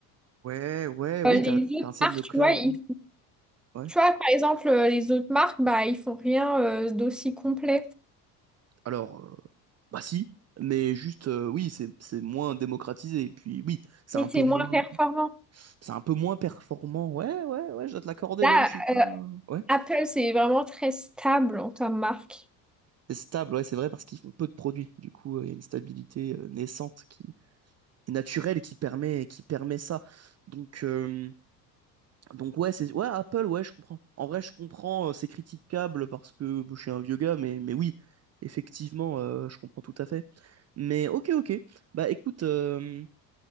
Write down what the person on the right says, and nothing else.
Ouais, ouais, oui,
t'as t'as
un système
de cloud.
Ouais.
Alors, euh, Bah si, mais juste euh, oui, c'est c'est moins démocratisé. Et puis oui, c'est
un peu
moins
c'est un peu moins performant. Ouais, ouais, ouais, je dois te l'accorder,
j'avoue, je suis pas.
Ouais.
C'est stable, ouais, c'est vrai, parce qu'ils font peu de produits. Du coup, euh, il y a une stabilité euh, naissante qui est naturelle qui permet qui permet ça. Donc euh, donc ouais, c'est ouais, Apple, ouais, je comprends. En vrai, je comprends, euh, c'est critiquable parce que bon, je suis un vieux gars, mais, mais oui, effectivement, euh, je comprends tout à fait. Mais ok, ok. Bah écoute, euh,